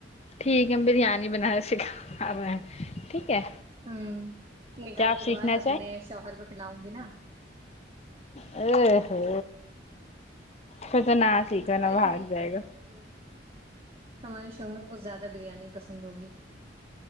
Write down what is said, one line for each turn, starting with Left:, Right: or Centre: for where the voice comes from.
Left: ٹھیک ہے ہم بریانی بنانا سیکھا رہے ہے ٹھیک ہے
Right: ہوں نکاح
Left: کیا آپ
Right: کے
Left: سیکھنا
Right: بعد اپنے شوہر کو کھلاؤں گی نا
Left: او ہو خطرناک ٹھیک ہے
Right: آئی
Left: نا بھاگ
Right: تھنک
Left: جائے گا
Right: ہ ہمارے شوہر کو زیادہ بریانی پسند ہوگی